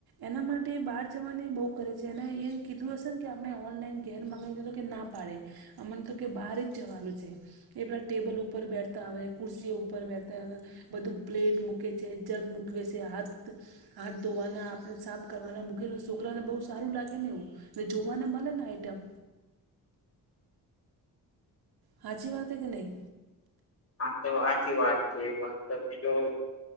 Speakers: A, on the right (about 75°); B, on the left (about 40°).
A: એના માટે બહાર જવાની બહુ કરે છે એને એમ કીધું હશે ને કે આપણે ઓનલાઈન ઘેર મગાવી દીધું કે ના પાડે. અમન તો કે બહાર જ જવાનું છે, એ પેલા ટેબલ ઉપર બેઠતા આવે, કુર્સી ઉપર બેઠતા આવે બધું પ્લેટ મૂકે છે, જગ મુૂકવે છે હાથ હાથ ધોવાના આપણે સાફ કરવાના મૂકી છોકરાને બહુ સારું લાગે ને એવું ને જોવાને મળે ને આઈટમ હાચી વાત કે નહીં
B: હા, તો આચી વાત છે પણ તમે જો